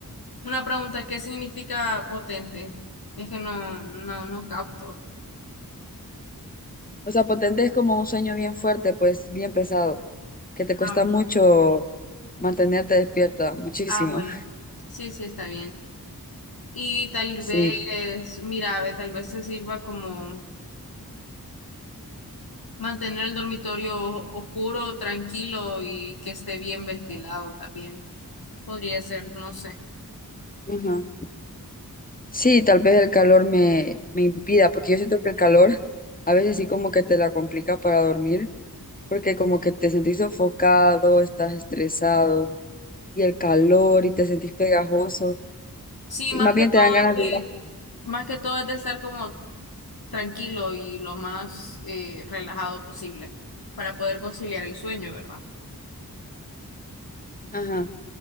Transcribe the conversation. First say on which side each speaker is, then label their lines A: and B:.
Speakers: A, on the left (about 75°); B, on the left (about 25°).
A: Una pregunta, ¿qué significa potente? Es que no, no, no capto.
B: O sea, potente es como un sueño bien fuerte, pues bien pesado, que te cuesta
A: Ah.
B: mucho mantenerte despierta, muchísimo.
A: Ah, bueno,
B: <laughs>
A: sí, sí, está bien. Y tal
B: Sí.
A: vez, mira, ve, tal vez se sirva como mantener el dormitorio oscuro, tranquilo y que esté bien ventilado también. Podría ser, no sé.
B: Ajá. Sí, tal vez el calor me, me impida, porque yo siento que el calor a veces sí como que te la complica para dormir. porque como que te sentís sofocado, estás estresado y el calor y te sentís pegajoso
A: Sí,
B: y
A: más
B: más
A: que
B: bien
A: todo,
B: te dan ganas
A: es de-
B: de ir.
A: más que todo es de estar como tranquilo y lo más eh, relajado posible para poder conciliar el sueño, ¿verdad?
B: a- Ajá.